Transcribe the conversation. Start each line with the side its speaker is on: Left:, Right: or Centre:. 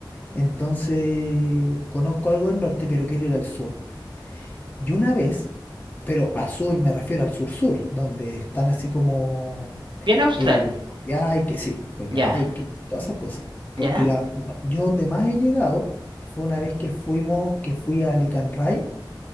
Left: entonces conozco algo del norte, pero quiero ir al sur. Y una vez, pero al sur me refiero al sur-sur, donde están así como
Right: Bien austral.
Left: eh, Coyhaique, sí, Coyhaique,
Right: Ya.
Left: todas esas cosas. Porque
Right: ¿Ya?
Left: la, yo donde más he llegado fue una vez que fuimos, que fui a Alicanray,